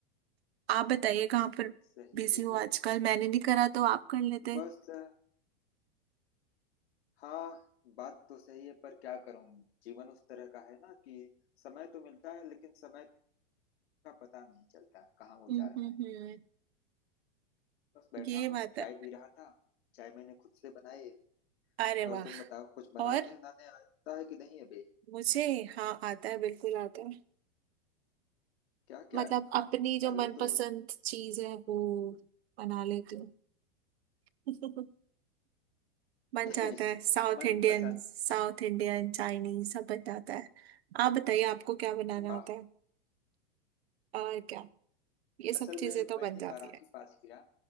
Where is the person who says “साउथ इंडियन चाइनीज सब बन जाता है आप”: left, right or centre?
Right